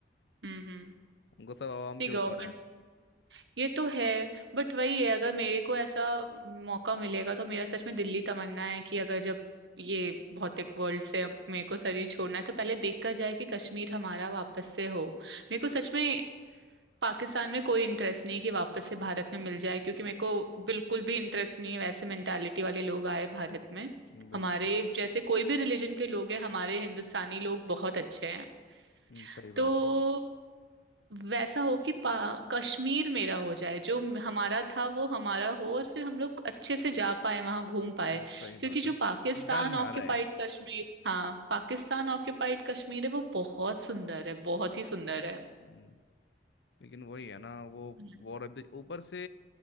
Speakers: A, on the right; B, on the left.
A: हम्म हम्म
B: उनको सब आवाम
A: नहीं
B: के ऊपर
A: गवर्नमेंट
B: है
A: ये तो है बट वही है अगर मेरे को ऐसा मौका मिलेगा तो मेरा सच में दिल्ली तमन्ना है कि अगर जब ये भौतिक वर्ल्ड से अब मेरे को शरीर छोड़ना है तो पहले देखा जाए कि कश्मीर हमारा वापस से हो मेरे को सच में पाकिस्तान में कोई इंटरेस्ट नहीं कि वापस से भारत में मिल जाए क्योंकि मेरे को बिल्कुल भी इंटरेस्ट नहीं है वैसे मेंटालिटी वाले लोग आए भारत में
B: हम्म, बिल्कुल
A: हमारे जैसे कोई भी रिलीजन के लोग हैं हमारे हिंदुस्तानी लोग बहुत अच्छे हैं
B: हम्म, सही
A: तो
B: बात है
A: वैसा हो कि पा- कश्मीर मेरा हो जाए जो हमारा था वो हमारा हो और फिर हम लोग अच्छे से जा पाए वहां घूम पाए
B: हम्म, सही
A: क्योंकि
B: बात है
A: जो पाकिस्तान
B: डर ना
A: ऑक्युपाइड
B: रहे
A: कश्मीर हाँ पाकिस्तान ऑक्युपाइड कश्मीर है वो बहुत सुंदर है बहुत ही सुंदर है
B: हम्म, लेकिन वही है ना वो
A: हम्म,
B: वो रद्द ऊपर से